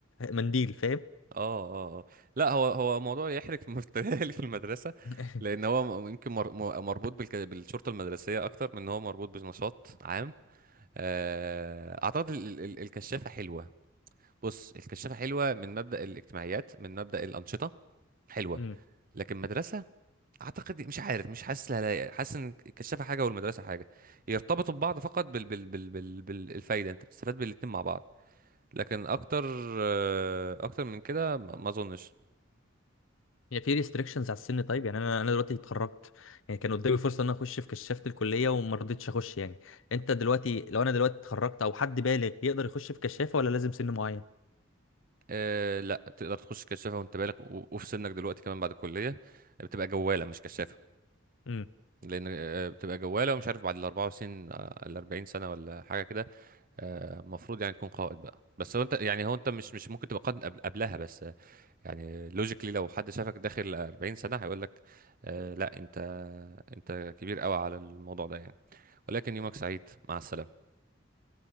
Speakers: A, on the left; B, on the right.
A: منديل فاهم
B: اه اه اه لا هو هو موضوع يحرق <laughs> مفتري في المدرسه
A: <laughs>
B: لان هو م- يمكن مر- م- مربوط بالك- بالشرطه المدرسيه اكتر من ان هو مربوط بنشاط عام آه، اعتقد ال- ال- ال- الكشافه حلوه بص الكشافه حلوه من مبدا الاجتماعيات من مبدا الانشطه حلوه
A: امم
B: لكن مدرسه اعتقد مش عارف مش حاسس لها لايقة. حاسس ان الكشافه حاجه والمدرسه حاجه يرتبطوا ببعض فقط بال بال بال بال بالفايده انت بتستفاد بالاتنين مع بعض لكن اكتر آه، اكتر من كده ما ما اظنش
A: يعني في ريستريكشنز على السن طيب يعني انا انا دلوقتي اتخرجت يعني كان قدامي فرصه ان انا اخش في كشافه الكليه وما رضيتش اخش يعني انت دلوقتي لو انا دلوقتي اتخرجت او حد بالغ يقدر يخش في كشافه ولا لازم سن معين
B: أه لا تقدر تخش كشافه وانت بالغ و- وفي سنك دلوقتي كمان بعد الكليه بتبقى جواله مش كشافه
A: امم
B: لان آه، بتبقى جواله مش عارف بعد ال 24 آه، ال 40 سنه ولا حاجه كده آه، المفروض يعني تكون قائد بقى بس هو انت يعني هو انت مش مش ممكن تبقى قائد قبل- قبلها بس آه، يعني لوجيكلي لو حد شافك داخل 40 سنه هيقول لك آه، لا انت انت كبير قوي على الموضوع ده يعني ولكن يومك سعيد مع السلامه